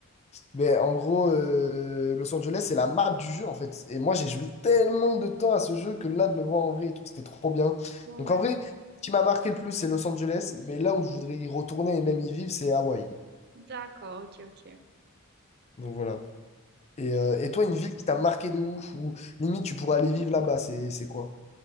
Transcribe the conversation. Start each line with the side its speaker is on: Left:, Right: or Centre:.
Left: Mais en gros, euh, Los Angeles, c'est la map du jeu, en fait. Et moi, j'ai joué tellement de temps à ce jeu que là, de le voir en vrai et tout, c'était trop bien.
Right: ouais,
Left: Donc,
Right: ouais.
Left: en vrai, ce qui m'a marqué le plus, c'est Los Angeles. Mais là où je voudrais y retourner et même y vivre, c'est Hawaï.
Right: D'accord, ok, ok.
Left: Donc, voilà. Et,
Right: Ok.
Left: euh, et toi, une ville qui t'a marqué de ouf, ou limite, tu pourrais aller vivre là-bas, c'est c'est quoi?